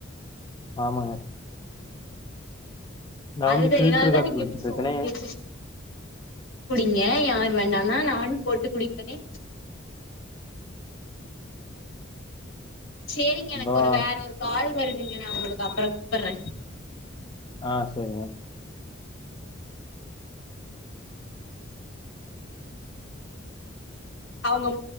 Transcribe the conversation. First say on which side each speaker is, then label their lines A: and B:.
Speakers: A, on the left; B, on the left.
A: ஆமாங்க நா
B: அதுதா
A: வந்து ஃபில்டர்
B: அதனால தா
A: காப்பி
B: நீங்க
A: குடிச்சிட்டு
B: இப்டி சோம்பேரியாயிரு
A: இருக்கனே
B: குடிங்க யார் வேண்டானா நானு போட்டு குடிப்பனே சேரிங்க
A: அப்பறோ
B: எனக்கு ஒரு வேற ஒரு கால் வருதுங்க நா உங்களுக்கு அப்றோ கூப்பட்றே
A: ஆ சேரிங்க
B: அவுங்க